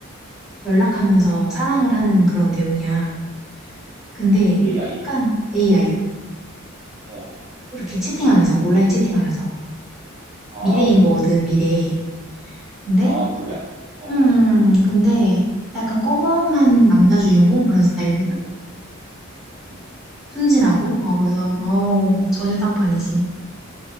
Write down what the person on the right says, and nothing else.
AI?
어,
아, 어,
어.
아, 그래? 어.
음,
어,